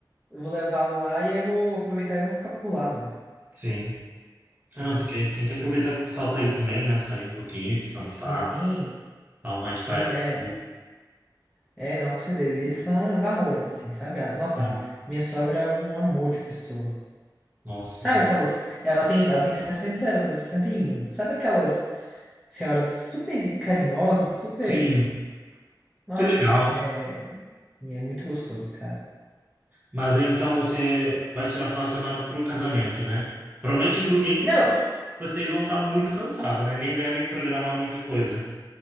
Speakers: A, in the centre; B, on the right (about 20°).
A: eu vou levá-la lá, e aí eu vou aproveitar e vou ficar por lá mesmo,
B: Sim.
A: entendeu?
B: Ah, não, tem que tem que aproveitar que o pessoal tá aí também, né, sair um pouquinho, descansar,
A: Sim,
B: dar uma
A: sim,
B: espera.
A: é.
B: aqui.
A: É, não, com certeza. E eles são uns amores, assim, sabe? A- Nossa,
B: Sim.
A: a minha sogra é um amor de pessoa.
B: Nossa,
A: Sabe
B: mas-
A: aquelas. Ela tem, ela tem sessenta vai fazer sessenta e um Sabe aquelas. senhoras super carinhosas super.
B: sim.
A: Nossa,
B: Que legal.
A: é. é, E é muito gostoso, cara.
B: Mas aí, então você vai tirar o final de semana pro casamento, né? Provavelmente no domingo
A: Não,
B: vocês, vocês vão estar muito cansados, né? Nem devem programar muita coisa.